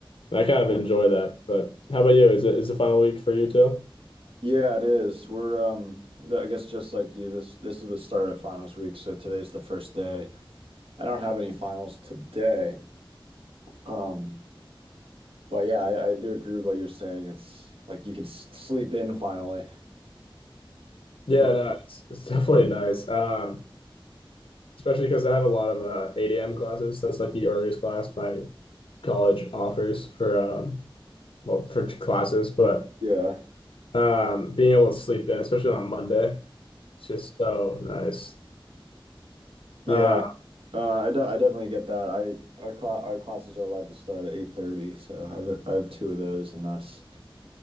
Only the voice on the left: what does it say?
And I kind of enjoy that. But how about you? Is it is the final week for you too?
Yeah,
Yeah,
no, it's it's definitely nice. Um, especially because I have a lot of uh, eight AM classes. That's like the earliest class my college offers for um well for t- classes, but
um being able to sleep in, especially on Monday, it's just so nice.
Uh,